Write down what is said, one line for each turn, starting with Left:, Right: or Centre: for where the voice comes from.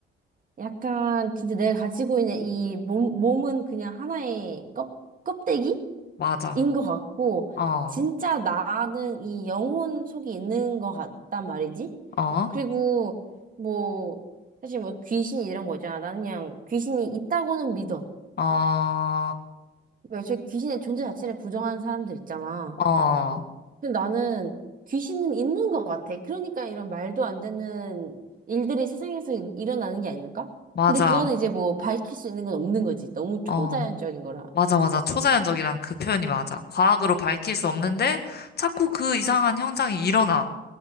Right: 약간, 진짜 내가 가지고 있는 이 몸, 몸은 그냥 하나의 껍, 껍데기?
Left: 맞아.
Right: 인 것 같고,
Left: 어,
Right: 진짜 나는 이 영혼 속이 있는 것 같단 말이지?
Left: 어,
Right: 그리고, 뭐, 사실 뭐 귀신 이런 거 있잖아. 나는 그냥 귀신이 있다고는 믿어.
Left: 어,
Right: 왜 애초에 귀신의 존재 자체를 부정하는 사람들 있잖아.
Left: 어.
Right: 근데 나는 귀신은 있는 것 같아. 그러니까 이런 말도 안 되는 일들이 세상에서 일- 일어나는 게 아닐까?
Left: 맞아.
Right: 근데 그거는 이제 뭐 밝힐 수 있는 건 없는 거지. 너무 초자연적인
Left: 어.
Right: 거라.
Left: 맞아, 맞아. 초자연적이란 그 표현이 맞아. 과학으로 밝힐 수 없는데 자꾸 그 이상한 현상이 일어나.